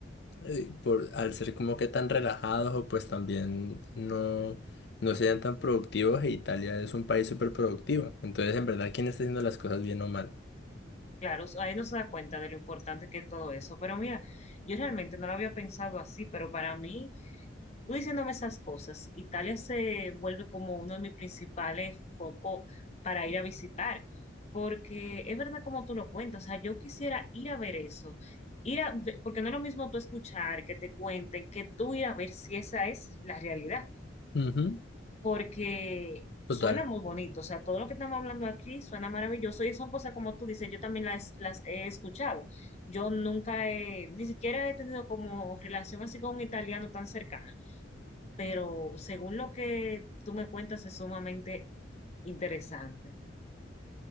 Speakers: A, on the left; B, on the left.
A: eh, por, al ser como que tan relajados o pues también no... no sean tan productivos e Italia es un país súper productivo. Entonces, en verdad, ¿quién está haciendo las cosas bien o mal?
B: Claro, ahí no se da cuenta de lo importante que es todo eso. Pero mira, yo realmente no lo había pensado así, pero para mí tú diciéndome esas cosas, Italia se vuelve como uno de mis principales focos para ir a visitar, porque es verdad como tú lo cuentas, o sea, yo quisiera ir a ver eso, ir a ve- porque no es lo mismo tú escuchar, que te cuenten, que tú ir a ver si esa es la realidad,
A: Ujú,
B: porque
A: Total.
B: suena muy bonito, o sea, todo lo que estamos hablando aquí suena maravilloso y son cosas como tú dices, yo también las, las he escuchado, yo nunca he, ni siquiera he tenido como relación así con un italiano tan cercana pero según lo que tú me cuentas es sumamente interesante.